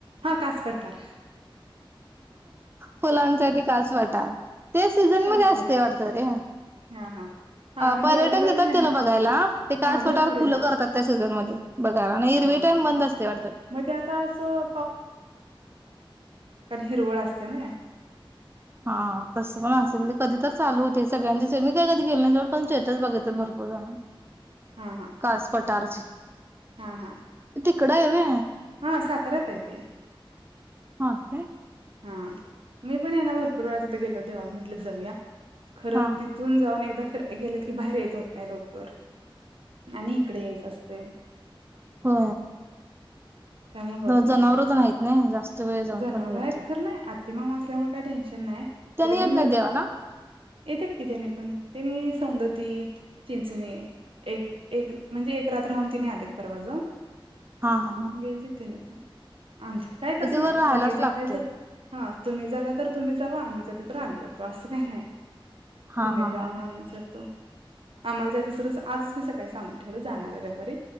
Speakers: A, on the right; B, on the right.
A: हा कास पठार
B: फुलांचा ते काच वाटार ते सीझन
A: कास
B: मध्ये असते
A: पठार
B: वटत रे
A: हा हा हा मी
B: पर्यटक
A: देवाला वगैरे
B: देतात
A: आहे
B: त्याला
A: ना
B: बघायला काच
A: हा भरपूर
B: पटावर खु
A: येतात
B: करतात त्या सी म बघायला आणि हरवे
A: हा
B: टाम
A: हा
B: बंद असते वा
A: मग ते आता असं काण हिरवळ असते ना
B: हा तसं पण असेल ते कधी तर चालू होते सगळ्यांच्या स मी काही कधी गेलण्याे पण स्टेटस बघित भरपूर जाण
A: हा हा
B: कास पटारच
A: हा हा
B: कडे आहे
A: हा साताऱ्यात येत
B: हा काय
A: हा मी पण ये ना भरपूर वेळा तिथे गेलो देवाला म्हटलं जाऊया खरं
B: हा
A: तिथून जाऊन एकदा गेलं की बाहेर यायच होत नाही लवकर आणि इकडे यायचं असतंय
B: हो
A: त्यामुळे होत नाही
B: जनावरच आहेत नाही जास्त वेळ जाऊन
A: जनावर
B: पण हे
A: आहेत
B: होते
A: खरं नाही आ तिमा मासल्यामुळे का टनशन नाही
B: त्यांनी
A: तरी
B: येत
A: पण
B: नाही देवाला
A: येतात कितीने पण तने सौंदती चिंचणी एक एक म्हणजे एक रात राहून तिने आलेत परवाज
B: हा हा हा
A: गल्तीितेने आमच्यात काय
B: वर राहायलाच
A: जाताय
B: लागते
A: तर हा तुम्ही जालं तर तुम्ही जाव आम्ही जाते तर आम्ही जातो असं काही नाही
B: हा
A: त
B: हा
A: जावा
B: हा ह
A: आम जतो आम्हाला जायचं सर आजच मी सकाळी सांगून ठेवलं जाणार आहे रेवर